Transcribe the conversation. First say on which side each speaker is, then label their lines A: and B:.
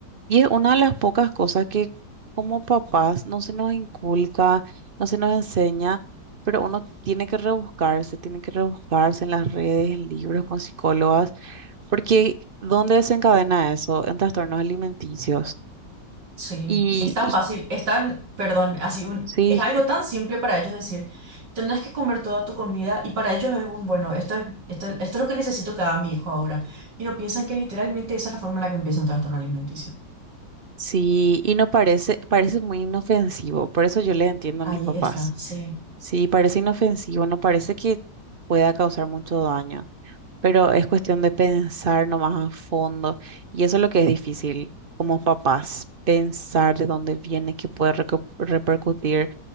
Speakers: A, on the right (about 50°); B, on the right (about 80°).
A: Y es una de las pocas cosas que como papás no se nos inculca, no se nos enseña, pero uno tiene que rebuscarse, tiene que rebuscarse en las redes, en libros, con psicólogas, porque ¿dónde desencadena eso? En trastornos alimenticios.
B: Sí,
A: Y,
B: es tan
A: y
B: fácil, es tan, perdón, así un,
A: sí,
B: es algo tan simple para ellos decir, tenés que comer toda tu comida y para ellos es un, bueno, esto es, esto, esto es lo que necesito que haga mi hijo ahora. Y no piensan que literalmente esa es la forma en la que empieza un trastorno alimenticio.
A: sí, y no parece, parece muy inofensivo, por eso yo le entiendo
B: Ahí
A: a mis papás.
B: está, sí.
A: Sí, parece inofensivo, no parece que pueda causar mucho daño, pero es cuestión de pensar nomás a fondo. Y eso es lo que es difícil como papás, pensar de dónde viene, qué puede reco- repercutir.